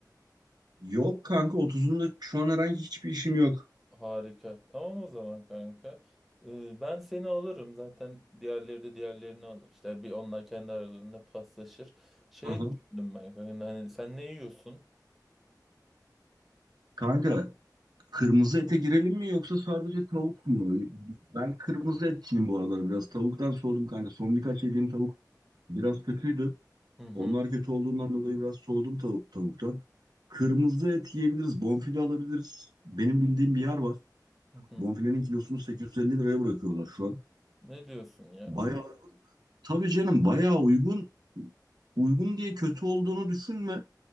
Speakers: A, on the right (about 65°); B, in the centre.
A: Yok kanka 30'unda şu an herhangi hiçbir işim yok.
B: Harika. Tamam o zaman kanka. Ee, ben seni alırım zaten diğerleri de diğerlerini alır. İşte bir onlar kendi aralarında paslaşır. Şey
A: Aha.
B: düşündüm ben kanka hani sen ne yiyorsun?
A: Kanka Kırmızı ete girelim mi yoksa sadece tavuk mu? Ben kırmızı etçiyim bu aralar biraz. Tavuktan soğudum kanka. Son birkaç yediğim tavuk biraz kötüydü.
B: Hı hı.
A: Onlar kötü olduğundan dolayı biraz soğudum tavuk, tavuktan. Kırmızı et yiyebiliriz. Bonfile alabiliriz. Benim bildiğim bir yer var.
B: Hı hı.
A: Bonfilenin kilosunu 850 liraya bırakıyorlar şu an.
B: Ne diyorsun ya?
A: Bayağı, tabii canım bayağı uygun. Uygun diye kötü olduğunu düşünme.